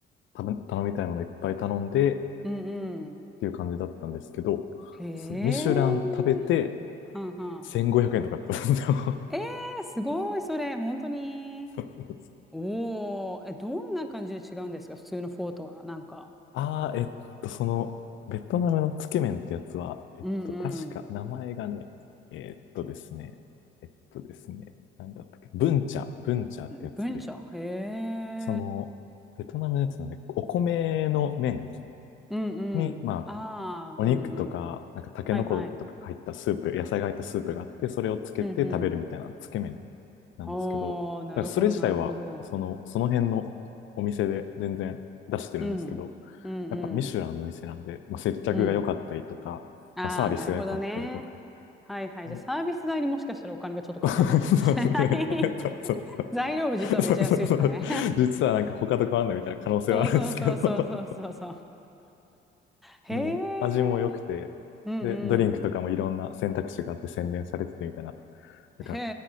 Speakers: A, on the left (about 75°); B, in the centre.
A: 頼み頼みたいものいっぱい頼んでっ
B: うんうん。
A: ていう感じだったんですけど、
B: へえ。
A: そミシュラン食べて
B: はんはん。
A: 1500円とかだったんですよ。
B: えー、すごい、それ、本当に。
A: <laughs>
B: おー、え、どんな感じで違うんですか、普通のフォーとは。なんか。
A: あー、えっと、その、ベトナムのつけ麺ってやつは、えっと、
B: うん
A: 確か名前がね、えっとですね、えっとですね、なんだったっけ、ブンチャ、ブンチャってやつで、
B: うん。文化。へ
A: その、
B: え。
A: ベトナムのやつなんで、お米の麺
B: うんうん。
A: に、まあ、
B: ああ、うんうん。
A: お肉とか、なんかタケノコとか入ったスープ、
B: はいはい。
A: 野菜が入ったスープがあって、それをつけて食べるみたいなつけ麺
B: うんうん。
A: なんですけど、
B: はあ、なるほど、
A: だからそれ自体は、
B: なるほど。
A: その、その辺のお店で全然出してるんですけど、
B: うん。うんうん。
A: やっぱミシュランの店なんで、まあ、接客が良かったりとか、
B: うん。ああ、
A: まあ、サービスが良かったりとか。
B: なるほどね。はいはい。
A: <laughs>
B: じゃあサービス代にもしかしたらお金がちょっとかかってるのかもしれない
A: そうね。そうそうそう。
B: <laughs> 材料部実はめちゃ安いとかね
A: <laughs> そうそうそう。実はなんか他と変わんないみたいな可能性はあるんですけど。
B: <laughs> そうそうそうそうそうそうそう。
A: <laughs>
B: へ
A: でも味も良くて、
B: え。うんうん。
A: で、ドリンクとかもいろんな選択肢があって宣伝されててみたいなだから、
B: へ